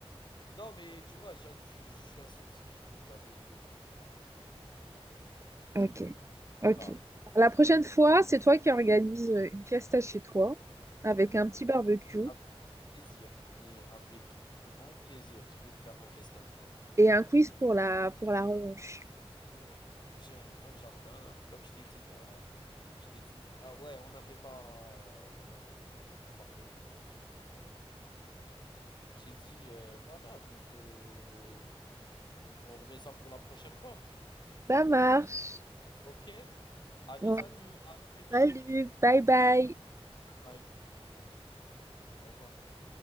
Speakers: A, on the left; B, on the right.
A: non, mais tu vois, je je je suis un scientifique, donc j'avais idée de ce que tu racontais, normal.
B: Ok, ok.
A: Ah,
B: La prochaine fois, c'est toi qui organise une fiesta chez toi avec un petit barbecue
A: avec plaisir, mais avec grand plaisir, je vais te faire un festin.
B: et un quiz
A: Tu
B: pour
A: vas
B: la, pour
A: venir
B: la revanche.
A: bien. J'ai un grand jardin, comme je t'ai dit là, je t'ai dit ah ouais, on n'avait pas, heu, on avait, on n'avait pas parlé, mais je vais t'envoyer. J'ai dit, heu, voilà, donc heu, on on remet ça pour la prochaine fois.
B: Ça marche.
A: OK. Allez,
B: Bon,
A: salut, à très vite.
B: salut, bye bye.
A: Salut, bye bye. Au revoir.